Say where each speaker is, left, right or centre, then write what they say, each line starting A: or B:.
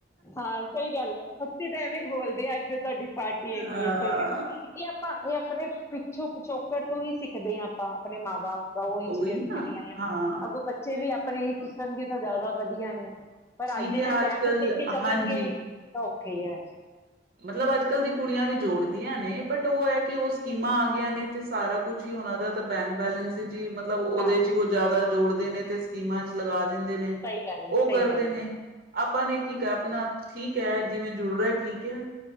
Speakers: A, on the left; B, on the right.
A: ਹਾਂ ਸਈ ਗੱਲ ਐ ਓਥੇਤਾਂ ਐਵੇਂ ਈ ਬੋਲਦੇ ਅੱਜ ਤਾਂ ਤੁਹਾਡੀ ਪਾਰਟੀ ਹੈਗੀ
B: ਹਾਂ
A: ਐ ਸਈ ਗੱਲ, ਏਂ ਆਪਾਂ ਏ ਆਪਣੇ ਪਿੱਛੋਂ ਪਿਛੋਕੜ ਤੋਂ ਈਂ ਸਿੱਖਦੇ ਆਂ ਆਪਾਂ ਆਪਣੇ ਮਾਂ ਬਾਪ ਓਈ ਚੀਜਾਂ
B: ਉਹੀ ਨਾ
A: ਸਿਖਦੇਂ ਆਏਂਆਂ,
B: ਹਾਂ
A: ਅੱਗੋਂ ਬੱਚੇ ਵੀ ਆਪ ਆਪਣੇ ਕਿਸਣਗੇ ਤਾਂ ਜਾਦਾ ਵਧੀਆ ਨੇ ਪਰ
B: ਠੀਕ
A: ਅੱਜ ਦੇ
B: ਹੈ
A: ਜੇ
B: ਆਜ
A: ਟੈਮ
B: ਕੱਲ
A: ਟੇ ਕੇ ਚੱਲਣਗੇ
B: ਹਾਂਜੀ
A: ਖੀ ਆ
B: ਮਤਲਬ ਅੱਜ ਕੱਲ ਦੀ ਕੁੜੀਆਂ ਵੀ ਜੋੜਦੀਆਂ ਨੇ ਬਟ ਓ ਐ ਕਿ ਓ ਸਕੀਮਾਂ ਆ ਗਈਆਂ ਨੇ ਤੇ ਸਾਰਾ ਕੁਛ ਈ ਓਨਾਂ ਦਾ ਤਾਂ ਬੈਂਕ ਬੈਲੈਂਸ ਹੀ ਜੀ ਮਤਲਬ ਓਦੇ
A: ਹਾਂ
B: ਚ ਈ ਓ ਜਿਆਦਾ ਜੋੜ ਨੇ ਤੇ ਸਕੀਮਾਂ ਚ ਲਗਾ ਦਿੰਦੇ ਨੇ
A: ਸਹੀ ਗੱਲ
B: ਓ
A: ਹੈ ਸਹੀ
B: ਕਰਦੇ
A: ਗੱਲ ਹੈ
B: ਨੇ, ਆਪਾਂ ਨੇ ਕੀ ਆਪਣਾ ਠੀਕ ਐ ਜਿਵੇਂ ਜਰੂਰਤ ਹੀ ਕੇਆ।